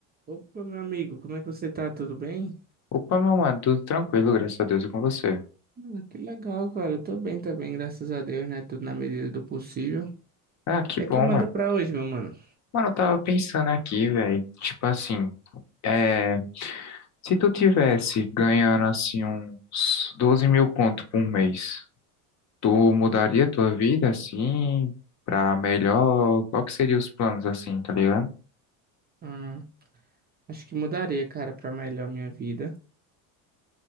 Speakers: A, on the right; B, on the left.
A: Opa, meu amigo, como é que você tá? Tudo bem?
B: Opa, meu mano, tudo tranquilo, graças a Deus e com você.
A: Ah, que legal, cara. Eu tô bem também, graças a Deus, né? Tudo na medida do possível. O
B: Ah, que
A: que
B: bom,
A: é que manda
B: mano.
A: pra hoje, meu mano?
B: Mano, eu tava pensando aqui, velho. Tipo assim, é, se tu tivesse ganhando assim uns 12 mil conto por mês, tu mudaria tua vida assim pra melhor? Qual que seria os planos assim, tá ligado?
A: Ah, acho que mudaria, cara, pra melhor minha vida.